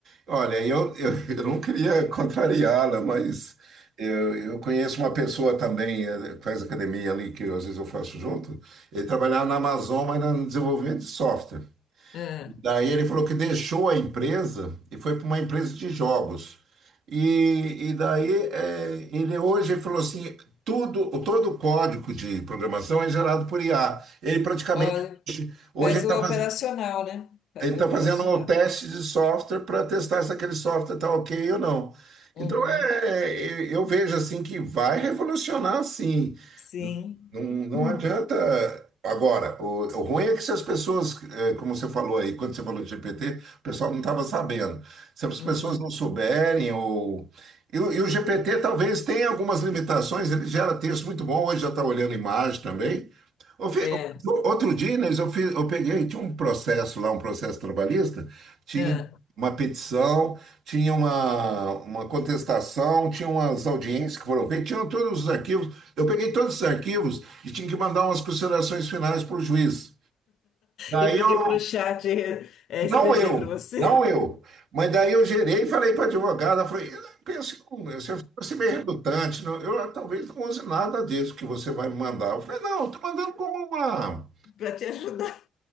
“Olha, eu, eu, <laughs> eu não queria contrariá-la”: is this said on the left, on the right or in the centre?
Right